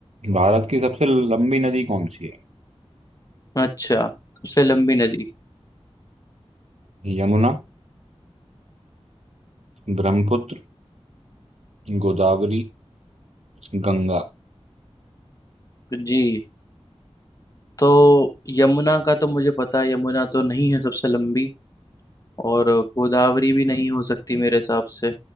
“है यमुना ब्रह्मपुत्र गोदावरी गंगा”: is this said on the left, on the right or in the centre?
Right